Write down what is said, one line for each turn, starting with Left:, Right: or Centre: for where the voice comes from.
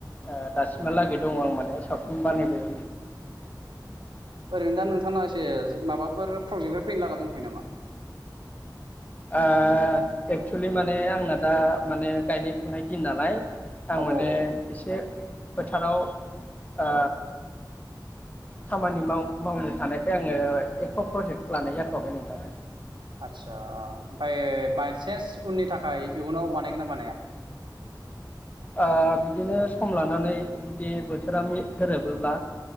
Left: ओ दासिमहालागै दङ आं माने सावथुन बानायबाय
Right: ओरैनो दा नोंथांना एसे माबाफोर प्र'जेक्टफोर फैनो लागा दंथ'यो नामा?
Left: ओ एक्सुलि माने आंना दा माने गायनाय फुनाय दिन नालाय आं
Right: औ
Left: माने
Right: औ औ
Left: एसे फोथाराव ओ खामानि माव-मावनो थानायखाय आङो एख प्र'जेक्ट लानाय जाथ'वाखै नोंथां।
Right: आतसा ओ ओमफाय बायसेन्स उननि थाखाय इयुनाव बानायगोनना बानाया?
Left: ओ बिदिनो सम लानानै जुदि बोथोरा मि गोरोबोब्ला